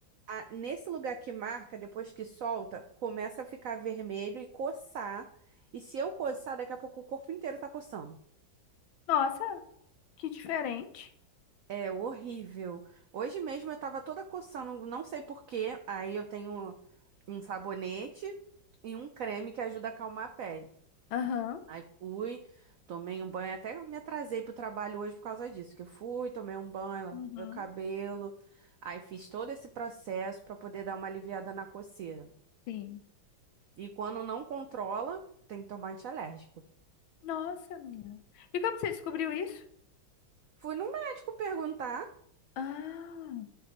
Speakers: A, on the right; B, on the left.
A: Ah, nesse lugar que marca, depois que solta, começa a ficar vermelho e coçar. E se eu coçar, daqui a pouco o corpo inteiro tá coçando.
B: Nossa, que diferente.
A: É horrível. Hoje mesmo eu tava toda coçando, não sei por quê. Aí eu tenho um sabonete e um creme que ajuda a acalmar a pele.
B: Aham.
A: Aí fui, tomei um banho, até me atrasei pro trabalho hoje por causa disso, que eu fui, tomei um banho, lavei
B: Uhum.
A: o cabelo, aí fiz todo esse processo pra poder dar uma aliviada na coceira.
B: Sim.
A: E quando não controla, tem que tomar antialérgico.
B: Nossa, minha. E como você descobriu isso?
A: Fui no médico perguntar,
B: Ah,